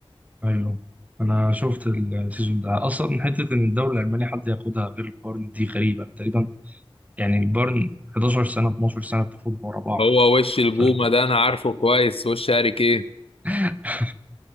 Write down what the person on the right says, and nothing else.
ايوه انا شفت السيزون ده اصلا حته ان الدوري الالماني حد ياخدها غير بايرن دي غريبه تقريبا يعني البيرن 11 سنة 12 سنة بتاخدهم ورا بعض
فال-
<laughs>